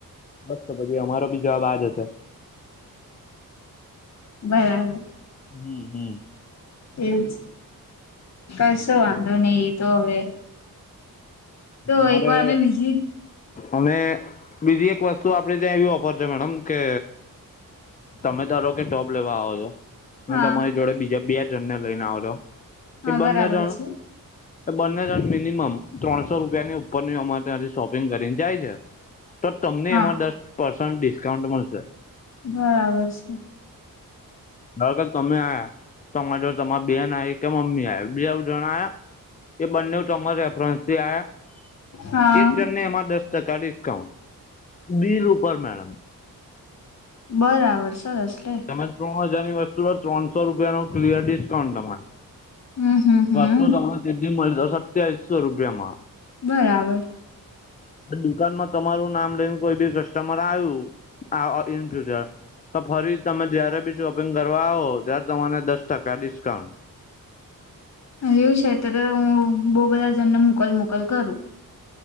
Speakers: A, on the left; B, on the left.
A: બસ તો પછી અમારો ભી જવાબ આ જ હશે.
B: બરાબર.
A: હમ્મ હમ્મ
B: એવું જ કશો વાંધો નહી એ તો હવે. તો
A: મારે
B: એક વાર અમે વિઝિટ
A: અને બીજી એક વસ્તુ આપડી ત્યાં એવી ઓફર છે મેડમ કે તમે ધારો કે જોબ લેવા આવો છો અને
B: હા
A: તમારી જોડે બીજા બે જણને લઈને આવ જો
B: હા
A: ઈ બંને
B: બરાબર
A: જણ
B: છે
A: બંને જણ મિનિમમ ત્રણસો રૂપિયાની ઉપરની અમારે ત્યાં શોપિંગ કરીને જાય છે. તો તમને
B: હા
A: એમાં દસ પર્સન્ટ ડિસ્કાઉન્ટ મળશે.
B: બરાબર છે.
A: કે તમે આ્યા તમાર જોડ તમારી બેન આવી કે મમ્મી આઈ બેવ જણ આયા એ બંને તમાર રેફરન્સથી આયા
B: હા
A: એક જણને એમાં દસ ટકા ડિસ્કાઉન્ટ. બીલ ઉપર મેડમ.
B: બરાબર સરસ લે.
A: તમે ત્રણ હજારની વસ્તુ હો ત્રણસો રૂપિયા નું ક્લીયર ડીસ્કાઉન્ટ તમારે.
B: હમ હમ હમ
A: પર્સ તો તમને તેથી મળશે સત્યાવીસો રૂપિયામાં.
B: બરાબર.
A: દુકાનમાં તમારું નામ લઈને કોઈ બી ક કસ્ટમર આયુ અ ઈન ફ્યુચર તો ફરી તમે જય્યારે બી શોપિંગ કરવા આવો ત્યારે તમાને દસ ટકા ડિસ્કાઉન્ટ.
B: હ એવું છે તો તો હું બહુ બધા જણને મોકલ મોકલ કરું.